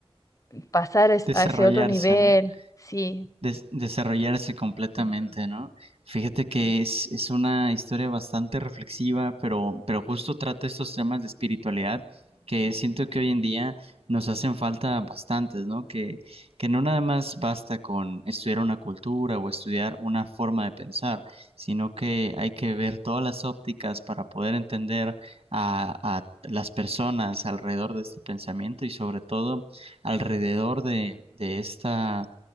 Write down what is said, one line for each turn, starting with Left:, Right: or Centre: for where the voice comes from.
Left: pasar es-
Right: Desarrollarse,
Left: a ese otro nivel.
Right: ¿no?
Left: Sí.
Right: des- desarrollarse completamente,
Left: Ujú,
Right: ¿no? Fíjate que
Left: sí.
Right: es, es una historia bastante reflexiva, pero, pero justo trata estos temas de espiritualidad que siento que hoy en día nos hacen falta bastantes, ¿no? Que, que no nada más basta con estudiar una cultura o estudiar una forma de pensar, sino que hay que ver todas las ópticas para poder entender a, a las personas alrededor de este pensamiento y sobre todo alrededor de, de esta